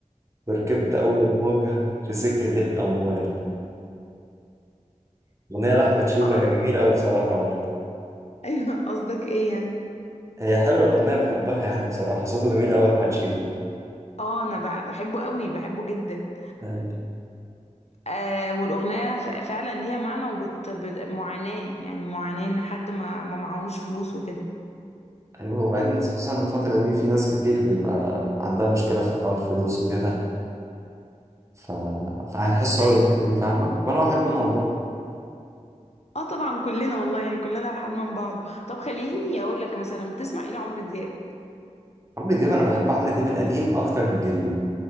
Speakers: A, on the right; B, on the left.
A: وركبت اول موجه في سكه الاموال اغنيه لاحمد شيبه
B: اه قصد-
A: هي جميله قوي بصراحه برضه
B: <laughs> ايوه قصدك ايه يعني
A: هي حلوه الاغنيه بحبها يعني بصراحه صوته جميل قوي احمد شيبه
B: اه انا بقى بحبه قوي بحبه جدا
A: أي-
B: آه والاغنيه ف- فعلا ليها معنى وبت بت- معاناه يعني معاناه ان حد ما ما معهوش فلوس وكده
A: ايوه وبعدين خصوصا إن الفتره دي في ناس كتير بيبقى عندها مشكله في حوار الفلوس وكده ف... فهيحسوا
B: ايوه
A: اول الاغنيه دي فاهمه وانا واحد منهم برضه
B: اه طبعا كلنا والله يعني كلنا على حال من بعض طب خليني اقول لك مثلا بتسمع ايه لعمرو دياب
A: عمرو دياب انا بحب عمرو دياب القديم اكتر من الجديد